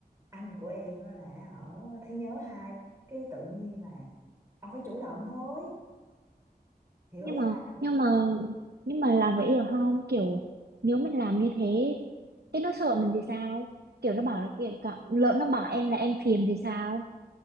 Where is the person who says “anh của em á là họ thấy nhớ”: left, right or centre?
Right